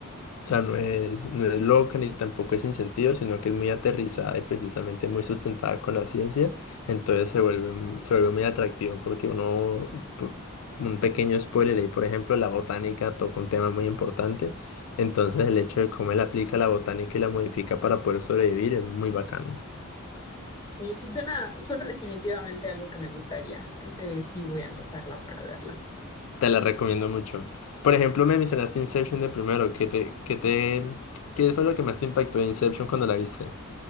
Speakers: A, on the left; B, on the left.
A: o sea, no es, no es loca ni tampoco es sin sentido, sino que es muy aterrizada y precisamente muy sustentada con la ciencia. Entonces se vuelve, un- se vuelve muy atractivo porque uno, pu- un pequeño spoiler ahí, por ejemplo, la botánica toca un tema muy importante. Entonces el hecho de cómo él aplica la botánica y la modifica para poder sobrevivir es muy bacano.
B: oye, sí suena, suena definitivamente algo que me gustaría. Creo que sí voy a anotarla para verla.
A: Te la recomiendo mucho. Por ejemplo, me mencionaste Inception de primero. ¿Qué te, qué te, qué fue lo que más te impactó de Inception cuando la viste?